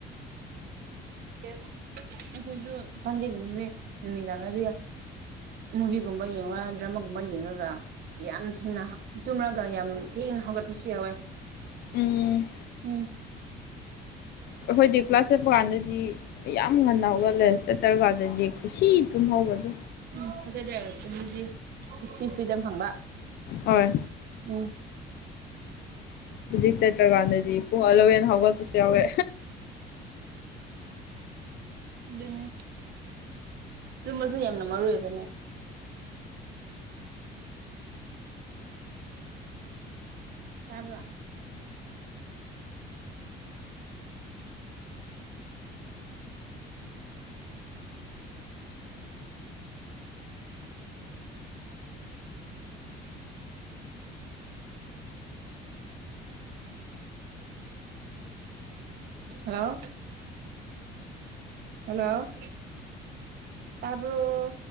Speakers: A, on the right; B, on the left.
A: ꯑꯩꯈꯣꯏꯁꯨ ꯁꯟꯗꯦꯒꯨꯝꯕꯗꯗꯤ ꯅꯨꯃꯤꯗꯥꯡꯗꯗꯤ ꯃꯨꯚꯤꯒꯨꯝꯕ ꯌꯦꯡꯂ ꯗ꯭ꯔꯃꯥꯒꯨꯝꯕ ꯌꯦꯡꯔꯒ ꯌꯥꯝ ꯊꯦꯡꯅ ꯇꯨꯝꯔꯒ ꯌꯥꯝ ꯊꯦꯡꯅ ꯍꯧꯒꯠꯄꯁꯨ ꯌꯥꯎꯋꯦ
B: ꯎꯝ
A: ꯎꯝ
B: ꯑꯩꯈꯣꯏꯗꯤ ꯀ꯭ꯂꯥꯁ ꯆꯠꯄ ꯀꯥꯟꯗꯗꯤ ꯑꯩ ꯌꯥꯝ ꯉꯟꯅ ꯍꯧꯒꯠꯂꯦ ꯆꯠꯇ꯭ꯔꯀꯥꯟꯗꯗꯤ ꯈꯨꯁꯤ ꯇꯨꯝꯍꯧꯕ ꯑꯗꯨ
A: ꯎꯝ ꯁꯇ꯭ꯔꯗꯦ ꯑꯣꯏꯔꯁꯨ ꯑꯗꯨꯗꯤ ꯀꯨꯁꯤ ꯐ꯭ꯔꯤꯗꯝ ꯐꯪꯕ
B: ꯍꯣꯏ
A: ꯎꯝ
B: ꯍꯧꯖꯤꯛ ꯆꯠꯇ꯭ꯔꯀꯥꯟꯗꯗꯤ ꯄꯨꯡ ꯑꯂꯚꯦꯟ ꯍꯧꯒꯠꯄꯁꯨ ꯌꯥꯎꯋꯦ
A: ꯑꯗꯨꯅꯦ ꯇꯨꯝꯃꯁꯨ ꯌꯥꯝꯅ ꯃꯔꯨ ꯑꯣꯏꯕꯅꯦ ꯇꯥꯕ꯭ꯔꯣ ꯍꯜꯂꯣ ꯍꯜꯂꯣ ꯇꯥꯕ꯭ꯔꯣ